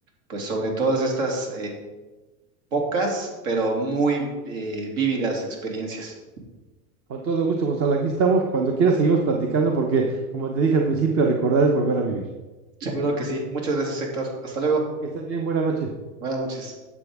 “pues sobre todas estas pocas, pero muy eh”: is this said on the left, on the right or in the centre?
Right